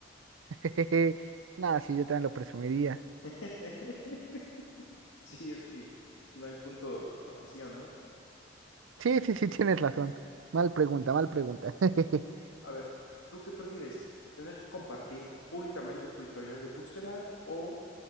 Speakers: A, on the right (about 85°); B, on the left (about 85°).
A: <laughs> Jejeje. No, sí, yo también lo presumiría.
B: <laughs> Sí, es que pues, no hay punto de comparación, ¿no?
A: Sí, sí, sí, tienes razón. Mal pregunta, mal pregunta. <laughs>
B: A ver, ¿tú qué prefieres? ¿Tener que compartir públicamente tu historial de búsqueda o